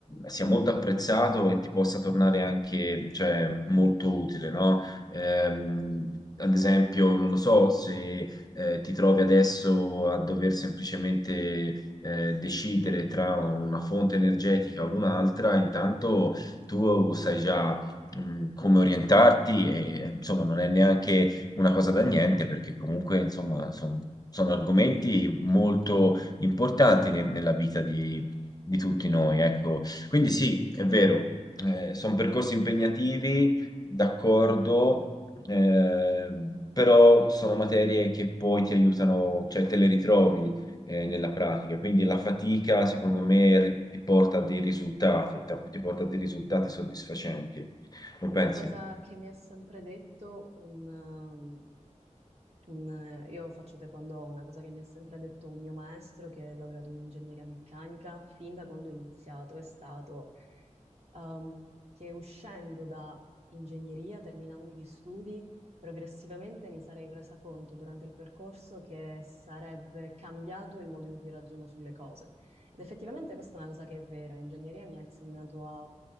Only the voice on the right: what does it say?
Un-
una
cosa che mi ha sempre detto un, ehm, Un- eh, io faccio taekwondo, una cosa che mi ha sempre detto un mio maestro che ha lavorato in ingegneria meccanica fin da quando ho iniziato è stato ehm, che uscendo da ingegneria, terminando gli studi, progressivamente mi sarei resa conto durante il percorso che sarebbe cambiato il modo in cui ragiono sulle cose. Ed effettivamente questa è una cosa che è vera. Ingegneria mi ha insegnato a